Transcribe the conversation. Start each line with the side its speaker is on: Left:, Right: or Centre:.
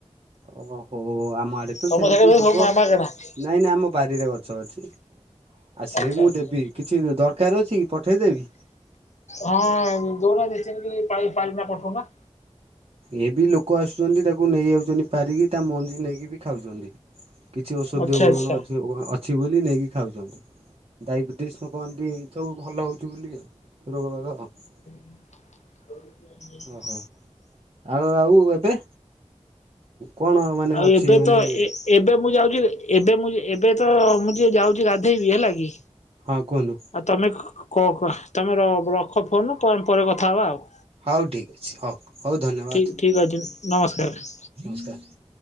Right: ଓହୋଃ, ଆମ ଆଡେ ତ
Left: ତମ
Right: ସେମିତି
Left: <unintelligible>
Right: ଯିବ ନାଇଁ ନାଇଁ ଆମ ବାରିରେ ଗଛ ଅଛି। ଆସିଲେ
Left: ଆଚ୍ଛା
Right: ବି ମୁଁ
Left: ଆଚ୍ଛା।
Right: ଦେବି। କିଛି ଦରକାର ଅଛି କି ପଠେଇଦେବି?
Left: ହଁ ଦଉନ ଦି ଚାରି କିଲି ପାରି ପାରିକିନା ପଠଉନ।
Right: ଏ ବି ଲୋକ ଆସୁଛନ୍ତି ତାକୁ ନେଇ ଯାଉଛନ୍ତି ପାରିକି। ତା ମଞ୍ଜି ନେଇକି ବି ଖାଉଛନ୍ତି। କିଛି ଔଷଧୀୟ
Left: ଆଚ୍ଛା
Right: ଗୁଣନ
Left: ଆଚ୍ଛା।
Right: ଅଛି। ଅଛି ବୋଲି ନେଇକି ଖାଉଛନ୍ତି। ଡାଇବେଟିସ ଲୋକୋମାନେ ଟିକେ ଏଇଥବ ଭଲ ହଉଛି ବୋଲି ଆଉ ରୋଗ ବାଗ ଆଉ।
Left: <inaudible>
Right: ଓହୋ ଆଉ ଆଉ ଏବେ କଣ ମାନେ
Left: ଆଉ
Right: ଅଛି
Left: ଏବେ
Right: ମାନେ
Left: ତ ଏ ଏବେ ମୁଁ ଯାଉଚି, ଏବେ ମୁଁ ଏବେ ତ ମୁଁ ଟିକେ ଯାଉଛି ଗାଧୋଇବି ହେଲା କି?
Right: ହଁ କୁହନ୍ତୁ।
Left: ଆଉ ତମେ କ ତମେ ର ରଖ ଫୋନ ପ ପରେ କଥା ହବା ଆଉ।
Right: ହଉ ଠିକ୍ ଅଛି ହଉ, ହଉ ଧନ୍ୟବାଦ।
Left: ଠିକ୍ ଠିକ୍ ଅଛି, ନମସ୍କାର।
Right: ନମସ୍କାର।